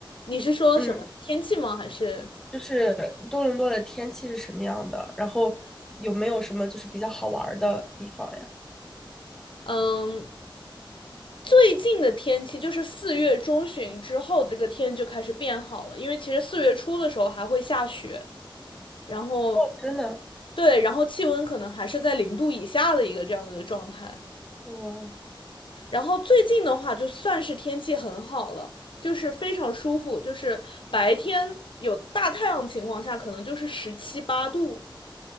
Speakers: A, on the left (about 70°); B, in the centre.
A: 你是说什么天气吗？
B: 嗯。
A: 还是
B: 就是多伦多的天气是什么样的？然后有没有什么就是比较好玩儿的地方呀？
A: 嗯，最近的天气就是四月中旬之后，这个天就开始变好了。因为其实四月初的时候还会下雪，然后
B: 哦，真的，
A: 对，然后气温可能还是在零度以下的一个这样子的状态。
B: 我
A: 然后最近的话，就算是天气很好了，就是非常舒服，就是白天有大太阳情况下，可能就是十七八度，